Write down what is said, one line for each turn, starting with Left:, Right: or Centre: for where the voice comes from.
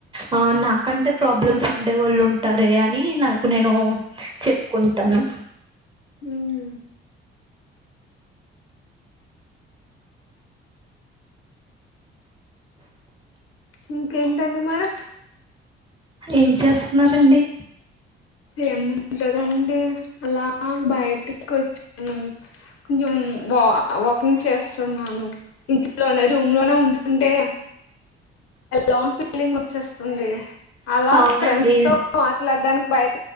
Right: ఆ నాకంటే ప్రాబ్లమ్స్ ఉండే వాళ్ళు ఉంటారే అని నాకు నేను చెప్పుకుంటా టను
Left: మ్మ్ ఇంకేంటండి మార్
Right: ఏం చేస్తున్నారండి
Left: ఏముంటదండి అలా బయటికి వచ్చాను కొంచెం వా వాకింగ్ చేస్తున్నాను ఇంట్లోనే రూమ్ లోనే ఉంటుంటే లోన్ ఫీలింగ్ వచ్చేస్తుంది అలా
Right: అవునండి
Left: ఫ్రెండ్స్ తో మాట్లాడడానికి బయట